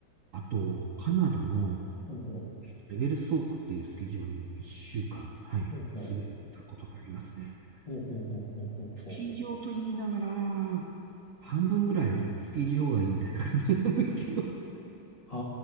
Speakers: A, on the right; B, on the left.
A: あと、カナダの
B: ほうほう、
A: えっとレベルストークっていうスキー場に1週間、はい、
B: ほうほう。
A: 滑ったことがありますね。
B: ほうほうほうほうほうほう。
A: スキー場と言いながら、半分ぐらいスキー場外みたいな感じなんですけど、
B: あ